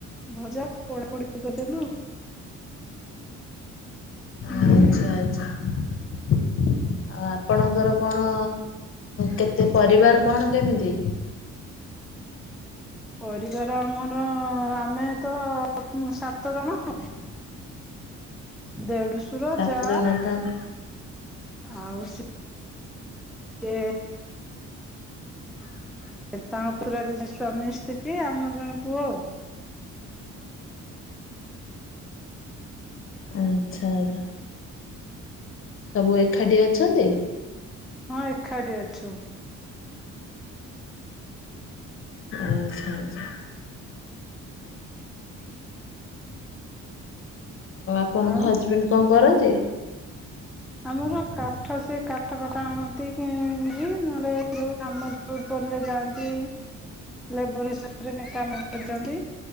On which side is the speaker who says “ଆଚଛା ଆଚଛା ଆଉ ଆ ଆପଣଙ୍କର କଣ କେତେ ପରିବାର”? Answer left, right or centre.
Left